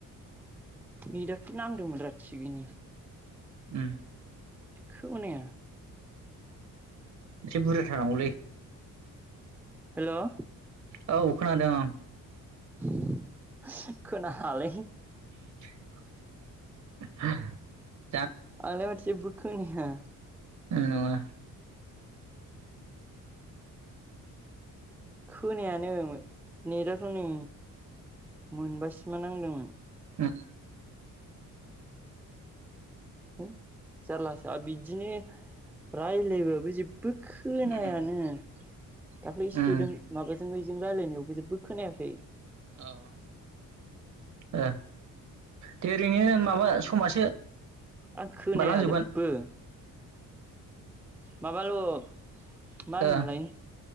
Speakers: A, in the centre; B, on the right.
A: नेदाथ' नांदोंमोन रा थिगैनो।
B: उम।
A: खोनाया।
B: एसे बुरजा थानांगौलै।
A: हेल'।
B: औ खोनादों आं।
A: <unintelligible>
B: <inaudible>
A: आंलाय माथो जेबो खोनाया
B: आं नङा।
A: खोनायानो नेदाथ' नै मोनबासिमा नांदोंमोन।
B: उम।
A: हो जारलासो बिदिनो रायलायबाबो जे बो खोनायानो
B: उम
A: दाखालै सोदों
B: उम
A: माबा जों बेजों रायलायनायावबो जेबो खोनायाखै।
B: ओं। ओ दे ओरैनो माबा समासो
A: आं खोनाया
B: बारलांजोबगोन
A: जेबो। माबाल' मा होनोमोनलाय
B: ओ